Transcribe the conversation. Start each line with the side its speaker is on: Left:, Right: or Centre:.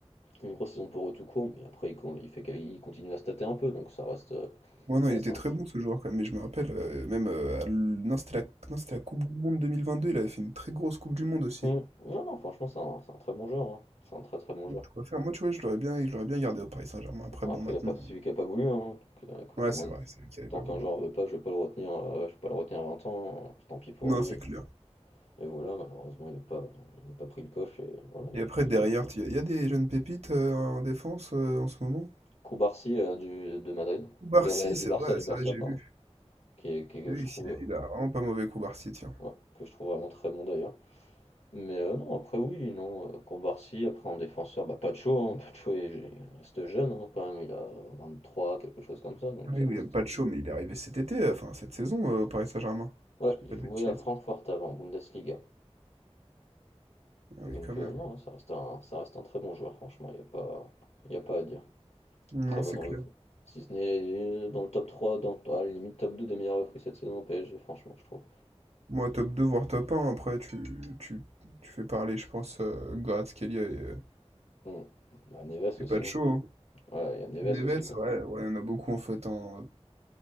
Left: euh, une grosse saison pour eux tout court, mais après, ils, con- il fait qu'ils continuent à se tâter un peu, donc ça reste, euh,
Right: Ouais,
Left: ça
Right: non, il
Left: reste
Right: était
Left: un.
Right: très bon ce joueur quand même, mais je me rappelle, euh, même, euh, à l- non, c'était la... non, c'était la Coupe du Monde 2022, il avait fait une très grosse Coupe du Monde aussi.
Left: Mmh. Non, non, franchement, c'est un, c'est un très bon joueur, hein. C'est un très très bon
Right: Ouais,
Left: joueur.
Right: de quoi faire. Moi, tu vois, je l'aurais bien, je l'aurais bien gardé au Paris Saint-Germain. Après,
Left: Bon,
Right: bon,
Left: après,
Right: maintenant.
Left: il a pas, celui qui a pas voulu, hein. Donc, euh, écoute,
Right: Ouais,
Left: moi,
Right: c'est vrai, c'est lui qui avait
Left: tant
Right: pas
Left: qu'un
Right: voulu.
Left: joueur veut pas, je vais pas le retenir, euh, je vais pas le retenir 20 ans, hein. tant pis pour
Right: Non,
Left: lui.
Right: c'est clair.
Left: Et voilà, malheureusement, il n'a pas, il n'a pas pris le coche et voilà. il-
Right: Et après, derrière,
Left: il-
Right: il y, a y a des jeunes pépites euh, en défense euh, en ce moment.
Left: Kubarsi euh, du de Madrid,
Right: Koubarsi,
Left: de Real-
Right: c'est
Left: du Barça,
Right: vrai,
Left: du
Right: ça,
Left: Barça,
Right: j'ai
Left: pardon,
Right: vu.
Left: qui est, qui est- que
Right: Oui,
Left: je trouve,
Right: il a, il a vraiment pas mauvais Koubarsi, tiens.
Left: ouais, que je trouve vraiment très bon d'ailleurs. Mais euh, non, après oui, non, euh, Kubarsi, après en défenseur, bah Pacho, hein, Pacho est- reste jeune hein, quand même, il a 23 quelque chose comme ça, donc
Right: Ah
Left: ça
Right: oui, William
Left: reste.
Right: Pacho, mais il est arrivé cet été, euh, enfin cette saison euh, au Paris Saint-Germain.
Left: Ouais,
Right: Je dis
Left: il
Right: pas de
Left: jouait
Right: bêtises.
Left: à Francfort avant, en Bundesliga.
Right: Ah oui,
Left: Donc
Right: quand même.
Left: euh, non, ça reste un, ça reste un très bon joueur, franchement, il n'y a pas, il y a pas à dire.
Right: Non,
Left: Très bonne
Right: c'est
Left: recrue.
Right: clair.
Left: Si ce n'est euh, dans le top 3 dans le- à la limite top 2 des meilleures recrues cette saison au PSG, franchement, je trouve.
Right: Moi, top 2 voire top un après, tu, tu, tu fais parler, je pense, euh, Gratz, Kelia et, euh,
Left: Hmm. Bah, Neves
Right: et
Left: aussi.
Right: Il Pacho.
Left: hein.
Right: beaucoup.
Left: Ouais, il y a Neves
Right: Et Neves,
Left: aussi, quoi.
Right: ouais, ouais, il y en a beaucoup, en fait. hein.